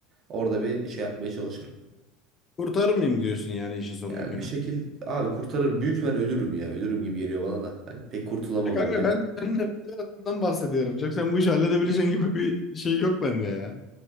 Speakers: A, on the right; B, on the left.
A: orada bir şey yapmaya çalışırım.
B: Kurtarır mıyım diyorsun yani işin sonunda
A: Yani
B: günü.
A: bir şekil abi kurtarırım. Büyük ben ölürüm ya. Ölürüm gibi geliyor bana da. Ben pek kurtulamam
B: Ya Kanka
A: gibi.
B: ben, ben de birazdan bahsediyorum. Çok sen bu işi halledebileceğin gibi bir şey yok bende ya.